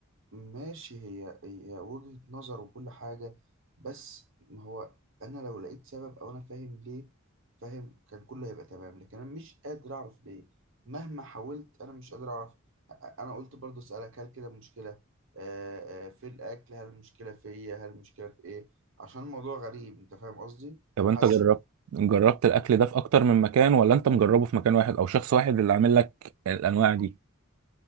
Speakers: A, on the right; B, on the right.
A: ماشي هي هي وجهه نظر وكل حاجه بس ما هو انا لو لقيت سبب او انا فاهم ليه فاهم كان كله هيبقى تمام لكن انا مش قادر اعرف ليه مهما حاولت انا مش قادر اعرف انا قلت برضو اسالك هل كده المشكله آه، آه، في الاكل هل المشكله فيا هل المشكله في ايه عشان الموضوع غريب انت فاهم قصدي
B: طب انت
A: حاسس
B: جربت جربت الاكل ده في اكتر من مكان ولا انت مجربه في مكان واحد او شخص واحد اللي عامل لك الانواع دي